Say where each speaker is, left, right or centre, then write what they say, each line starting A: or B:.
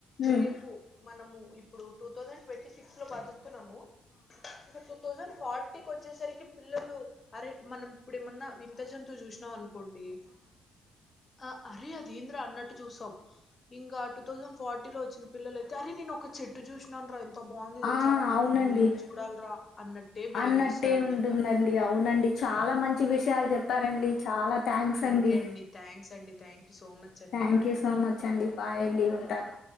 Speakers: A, on the left (about 70°); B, on the left (about 35°).
A: ఉమ్,
B: రేపు మనము ఇప్పుడు టూ థౌజండ్ ట్వంటీ సిక్స్ లో బతుకున్నాము ఇంక టు థౌసండ్ ఫార్టీకి వచ్చేసరికి పిల్లలు అరే మనం ఇప్పుడు ఏమన్నా వింతజంతువు చూసినాం అను కొండి ఆ అరే అదేంది రా అన్నట్టు చూస్తాం ఇంకా టూ థౌసండ్ ఫార్టీలో వచ్చిన పిల్లయితే అరే నేను ఒక చెట్టు చూసి నను రా ఎంత బాగుంది తెలుసారా
A: ఆ అవునండి
B: అరే నేను చూడాలరా అన్నట్టే బిహేవ్
A: అన్నట్టే
B: చేస్తారండి
A: ఉంటుందండి
B: ఇంకా
A: అవునండి చాలా మంచి విషయాలు చెప్పారండి చాలా థ్యాంక్స్ అండి
B: ఓకే థ్యాంక్స్ అండి. థ్యాంక్ యూ సో మచ్ అండి.
A: Thank
B: bye
A: you so much అండి బాయ్ అండి ఉంటాను